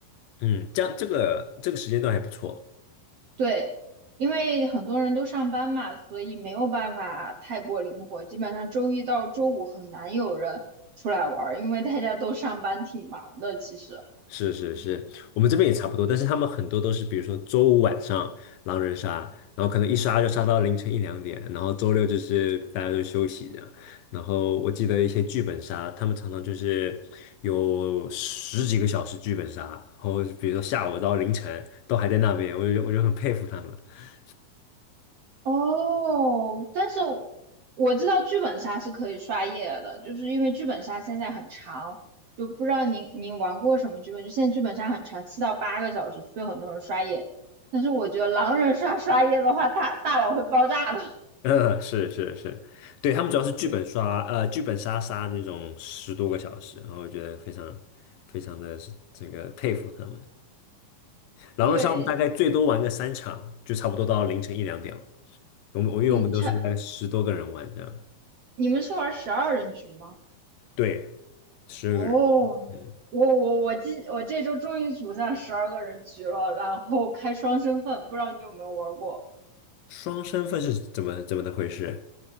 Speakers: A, on the left; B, on the right.
A: 嗯，这样这个这个时间段还不错。
B: 对，因为很多人都上班嘛，所以没有办法太过灵活。基本上周一到周五很难有人出来玩儿，因为大家都上班挺忙的。其实，
A: 是是是，我们这边也差不多，但是他们很多都是，比如说周五晚上狼人杀，然后可能一杀就杀到凌晨一两点，然后周六就是大家都休息这样。然后我记得一些剧本杀，他们常常就是有十几个小时剧本杀，然后比如说下午到凌晨都还在那边，我就我就很佩服他们。<laughs>
B: 哦，但是我知道剧本杀是可以刷夜的，就是因为剧本杀现在很长，就不知道您您玩过什么剧本，就现在剧本杀很长，七到八个小时，所以很多人刷夜。但是我觉得狼人杀刷夜的话，大大脑会爆炸的。
A: 嗯，是是是，对，他们主要是剧本刷，
B: <laughs>
A: 呃，剧本杀杀那种十多个小时，然后我觉得非常非常的这个佩服他们。狼人杀我们大概最多玩个三场，
B: 对，
A: 就差不多到凌晨一两点了。我们我因为我们都是在十多个人玩的，
B: 嗯，差你们是玩十二人局吗？
A: 对，十二个人。
B: 哦，
A: 嗯，
B: 我我我今我这周终于组上十二个人局了，然后开双身份，不知道你有没有玩过？
A: 双身份是怎么怎么的回事？